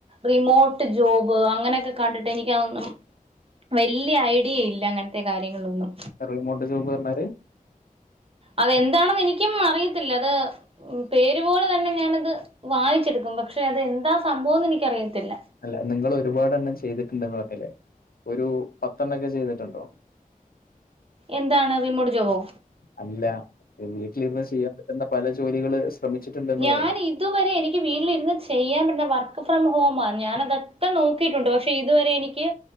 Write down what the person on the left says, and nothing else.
റിമോട്ട് ജോബ് പറഞ്ഞാലേ
അല്ല നിങ്ങൾ ഒരുപാട് എണ്ണം ചെയ്തിട്ടുണ്ടെന്ന് പറഞ്ഞില്ലേ ഒരു പത്തെണ്ണക്കെ ചെയ്തിട്ടുണ്ടോ?
അല്ല ഈ വീട്ടിലിരുന്ന് ചെയ്യാൻ പറ്റുന്ന പല ജോലികള് ശ്രമിച്ചിട്ടുണ്ടെന്ന്
പറഞ്ഞു